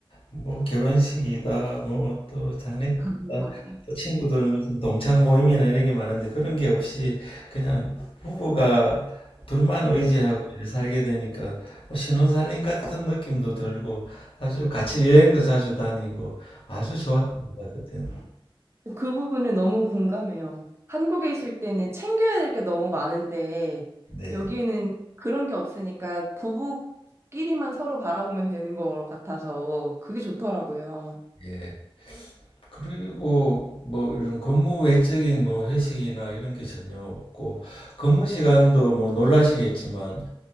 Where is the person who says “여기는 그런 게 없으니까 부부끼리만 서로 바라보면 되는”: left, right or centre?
Right